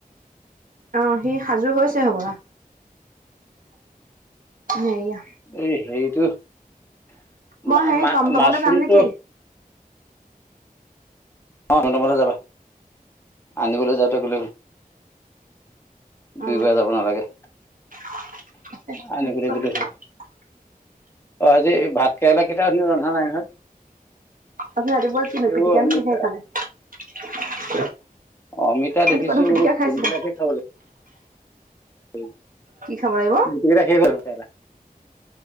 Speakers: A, on the right; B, on the left.
A: অ সি সাজু হৈছে হ'বলা, হেয়া।
B: এই হেৰিটো
A: মই
B: মা
A: সেই
B: মা
A: টমটমতে
B: মাচৰোমটো
A: যাম নেকি
B: - অ টমটমতে যাবা আনিবলৈ যাওঁতে গ'লে হ'ল।
A: অ
B: দুইবাৰ যাব নালাগে।
A: <unintelligible>
B: আনিবলৈ গ'লে হ'ল অ আজি ভাত কেৰেলা কেইটা আনি ৰন্ধা নাই নহয়?
A: আপুনি ৰাতিপুৱা কিনো
B: এইবোৰ
A: পিটিকা
B: অমিতা
A: ননো কিহেৰে খালে?
B: অমিতা দেখিছো
A: ৰাতিপুৱা দেখোন পিটিকা
B: ফুল
A: খাইছিলে
B: বিলাকে হে খাবলে। <inaudible>
A: কি খাব লাগিব?
B: গোটেই কেইটা শেষ হৈ গ'ল কেৰেলা।